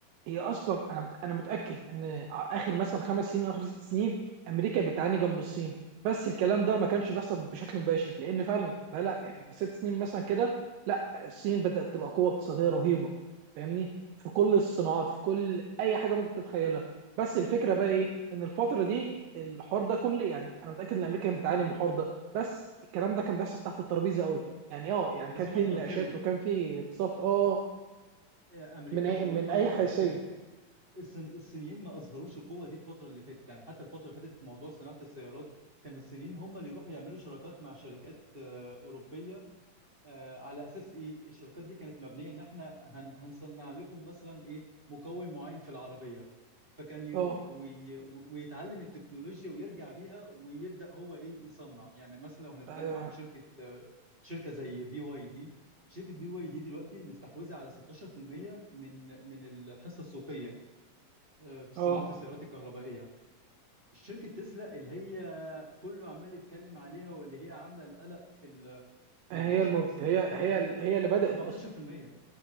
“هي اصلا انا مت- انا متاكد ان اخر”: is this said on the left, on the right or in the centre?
Right